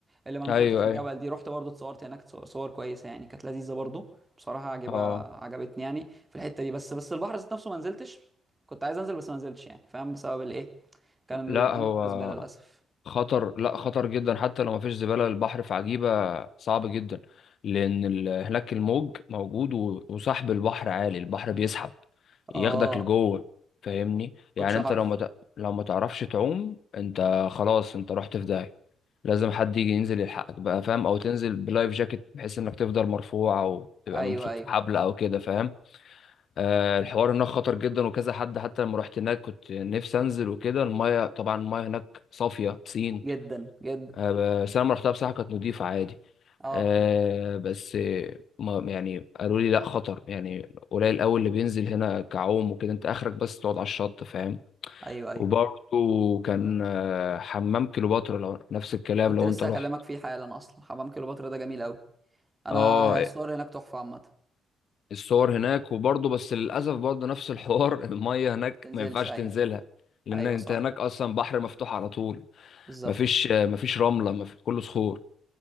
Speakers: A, on the right; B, on the left.
A: اللي منحوتة
B: ايوه
A: في الجبل
B: ايوه
A: دي رحت برضو اتصورت هناك صور صور كويسة يعني كانت لذيذة برضو بصراحة عجبة
B: اه
A: عجبتني يعني في الحتة دي بس بس البحر ذات نفسه ما نزلتش كنت عايز أنزل بس ما نزلتش يعني فاهم بسبب الإيه كان
B: لا
A: الدنيا
B: هو
A: كلها زبالة للأسف
B: خطر لا خطر جدا حتى لو مفيش زبالة البحر في عجيبة صعب جدا لأن ال- هناك الموج موجود و- وسحب البحر عالي البحر بيسحب
A: اه
B: ياخدك لجوه فاهمني
A: كنتش
B: يعني
A: أعرف
B: انت لو ما ت... لو ما تعرفش تعوم انت خلاص انت رحت في داهية لازم حد يجي ينزل يلحقك بقى فاهم او تنزل بلايف جاكيت بحيث انك تفضل مرفوع او تبقى
A: ايوه
B: ممسوك
A: ايوه
B: في حبل او كده فاهم آه الحوار هناك خطر جدا وكذا حد حتى لما رحت هناك كنت نفسي انزل وكده المايه طبعا المايه هناك صافية بسين
A: جدا جدا
B: آه، بس انا لما رحتها بصراحه كانت نضيفه عادي
A: اه
B: آه، بس آه، ما يعني قالوا لي لا خطر يعني قليل قوي اللي بينزل هنا كعوم وكده انت اخرك بس تقعد على الشط فاهم
A: ايوه ايوه
B: وبرضه كان آه، حمام كليوباترا لو نفس الكلام
A: كنت
B: لو
A: لسه
B: انت رحت
A: هكلمك فيه حالا اصلا حمام كليوباترا ده جميل قوي انا
B: اه
A: الصور هناك تحفه عامه
B: الصور هناك وبرضه بس للاسف برضه نفس الحوار <laughs> الميه هناك
A: تنزلش
B: ما ينفعش
A: ايوه
B: تنزلها لان
A: ايوه
B: انت
A: صح
B: هناك اصلا بحر مفتوح على طول
A: بالظبط
B: مفيش آه، مفيش رمله مفيش كله صخور